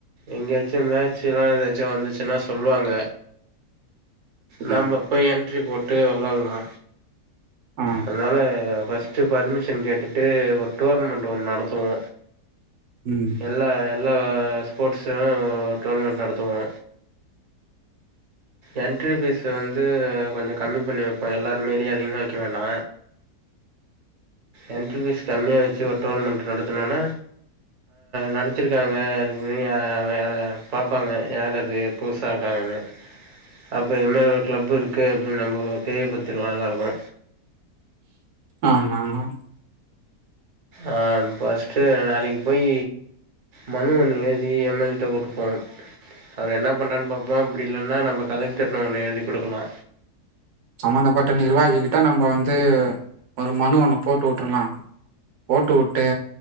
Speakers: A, on the right; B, on the right.
A: எங்கயாச்சும் மேட்ச் லா ஏதாச்சும் வந்துச்சுன்னா சொல்லுவாங்க நம்ம
B: ம்
A: போய் எ ன்ட்ரி போட்டு விளாடலா
B: ஆ
A: அதனால ஃபர்ஸ்ட்டு பர்மிஷன் கேட்டுட்டு ஒரு டோர்னமெண்ட் ஒன்னு நடத்துவோ
B: ம்
A: எல்லா எல்லா ஸ்போர்ட்ஸவு டோர்னமெண்ட் நடத்துவோ என்ட்ரி ஃபீஸ் வந்து கொஞ்ச கம்மி பண்ணி வைப்போ எல்லாரு மாறி அதிகமா வெக்க வேணா என்ட்ரி ஃபீஸ் கம்மியா வச்சு ஒரு டோர்னமெண்ட் நடத்தணுனா நடத்திருக்காங்க அப்படின்னு யார பார்ப்பாங்க யார் அது புதுசா இருக்காங்கன்னு அப்போ இதுமாரி ஒரு கிளப் இருக்கு அப்படின்னு நம்ம தெரியபடுத்திலா எல்லாருக்கு
B: <inaudible> ஆமா ஆமா
A: ஆ ஃபர்ஸ்ட்டு வேலைக்கு போய் மனு ஒன்னு எழுதி எம் எல் ஏ ட்ட குடுப்போ அவர் என்ன பண்றார்னு பாப்போம் அப்டி இல்லன்னா நம்ம கலெக்டர்ட ஒன்னு எழுதி குடுக்கலா
B: சம்மந்தப்பட்ட நிர்வாகி கிட்ட நம்ப வந்து ஒரு மனு ஒன்னு போட்டு வுட்ரலா போட்டு வுட்டு